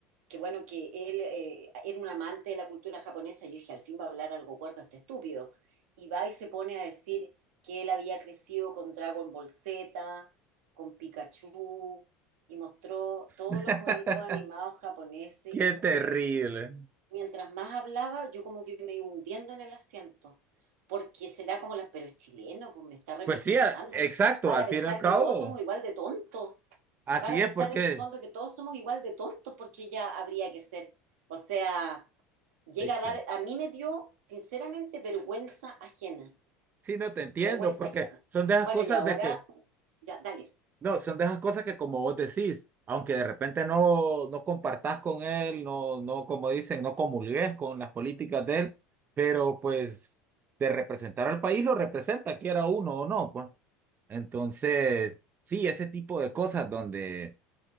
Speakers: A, on the right; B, on the right.
A: que bueno, que él eh, era un amante de la cultura japonesa. Yo dije, al fin va a hablar algo cuerdo este estúpido. Y va y se pone a decir que él había crecido con Dragon Ball Z, con Pikachu, y mostró todos
B: <laughs>
A: los monitos animados japoneses,
B: Qué
A: y te juro
B: terrible.
A: que Mientras más hablaba, yo como que me iba hundiendo en el asiento, porque será como las, pero es chileno, pues me está representando.
B: Pues sí, a- exacto,
A: se- Van
B: al
A: a
B: fin
A: pensar
B: y al cabo.
A: que todos somos igual de tontos.
B: Así
A: Van a pensar
B: es porque,
A: en el fondo que todos somos igual de tontos, porque ya habría que ser. O sea, llega
B: ex-
A: a dar, a mí me dio, sinceramente, vergüenza ajena.
B: sí, no te entiendo,
A: Vergüenza
B: porque
A: ajena.
B: son de esas
A: Bueno,
B: cosas
A: y ahora,
B: de que
A: ya, dale.
B: No, son de esas cosas que como vos decís, aunque de repente no, no compartás con él, no, no, como dicen, no comulgues con las políticas de él, pero pues de representar al país lo representa, quiera uno o no, pues. Entonces, sí, ese tipo de cosas donde